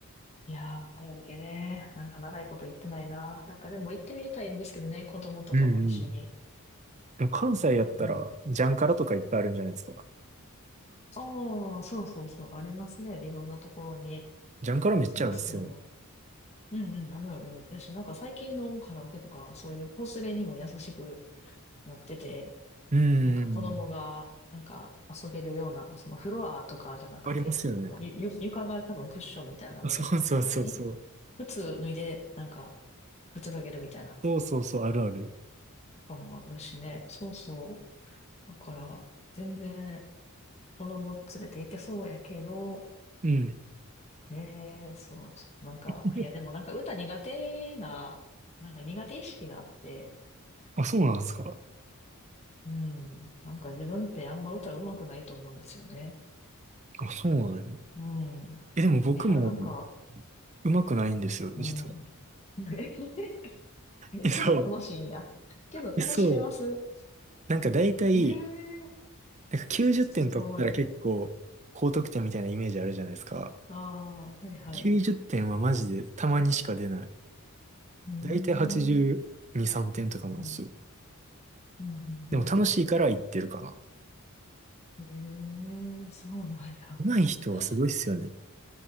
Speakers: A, on the left; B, on the right.
A: いやー、カラオケね。なんか長いこと行ってないな。なんかでも行ってみたいんですけどね、子供とかも一緒に。
B: うんうん。でも関西やったら、
A: うんう
B: ジャンカラとかいっぱいあるんじゃないですか。
A: ん、ああ、そうそうそう、ありますね。いろんなところに。
B: ジャンカラめっちゃあるっすよね。
A: そうそう。うんうん、あるある。やし、なんか最近のカラオケとか、そういう子連れにも優しくなってて、
B: うんうんうん。
A: なんか子供が、なんか遊べるような、そのフロアとかじゃなくて、
B: ありますよね。
A: もうゆ、ゆ床が多分クッションみたいなもう、
B: あそうそうそうそう。
A: 何靴脱いで、なんか、くつろげるみたいな
B: そうそうそう、あるある。
A: とかもあるしね。そうそう。だから、全然子供連れて行けそうやけど、
B: うん。
A: ねえ、そう、ちょっとなんか、
B: <laughs>
A: いやでもなんか歌苦手な、なんか苦手意識があって、
B: あ、そうなんですか。
A: うん、なんか自分ってあんま歌上手くないと思うんですよね。
B: あ、そうなんや。
A: うん。
B: え、でも僕も
A: いや、なんか、
B: うまくないんですよ、
A: うん。
B: 実は。
A: <laughs> えけど楽しいんや。
B: えそ
A: けど楽しめます。
B: う。そう。なんか大体、
A: ええ、
B: なんか90点取ったら結構高得点みたいなイメージあるじゃないですか。
A: すごい。ああ、はいはい。
B: 90点はマジでたまにしか出ない。
A: うーん。
B: 大体82、3点とかなんですよ。
A: うん、うん、うん。
B: でも楽しいから言ってるかな。
A: うんええ、そうなんや。
B: 上手い人はすごいっすよね。
A: <laughs>